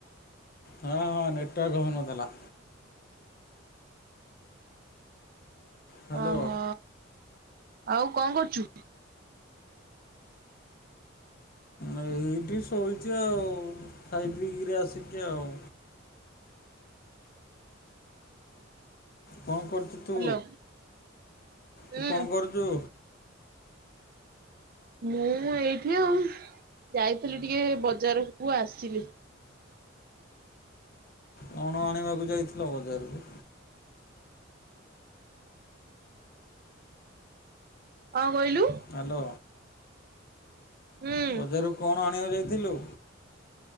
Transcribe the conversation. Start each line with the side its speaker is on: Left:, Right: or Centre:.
Left: ହଁ ହଁ ନେଟୱାର୍କ ହଉନଥିଲା। ହ୍ୟାଲୋ
Right: ଅ ହ ଆଉ କଣ କରୁଚୁ?
Left: ଏଇଠି ଶୋଇଛି ଆଉ ଖାଇ ପି କିରି ଆସିକି ଆଉ। କଣ କରୁଛୁ ତୁ
Right: ହ୍ୟାଲୋ ହୁଁ
Left: ତୁ କଣ କରୁଚୁ?
Right: ମୁଁ ଏଇଠି ଆଉ। ଯାଇଥିଲି ଟିକେ ବଜାରକୁ ଆସିଲି।
Left: କଣ ଆଣିବାକୁ ଯାଇଥିଲ ବଜାରକୁ?
Right: କଁ କହିଲୁ?
Left: ହ୍ୟାଲୋ
Right: ହୁଁ
Left: ବଜାରରୁ କଣ ଆଣିବାକୁ ଯାଇଥିଲୁ?